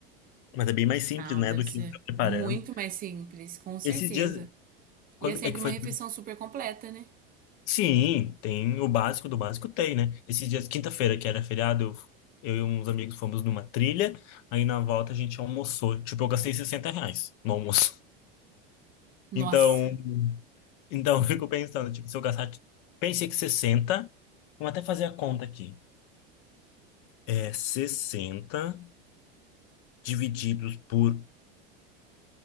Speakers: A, on the left; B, on the right.
A: Mas é bem mais simples,
B: Não,
A: né,
B: deve
A: do
B: ser
A: que ficar preparando.
B: muito mais simples, com certeza.
A: Esses dias, quando
B: E é sempre
A: é que foi?
B: uma refeição super completa, né?
A: Sim, tem o básico do básico tem, né? Esses dias, quinta-feira, que era feriado, eu, eu e uns amigos fomos numa trilha. Aí na volta a gente almoçou. Tipo, eu gastei sessenta reais no almoço.
B: Nossa,
A: Então, então <laughs> eu fico pensando, tipo, se eu gastar... tipo, Pensei que sessenta Vamos até fazer a conta aqui. É 60 divididos por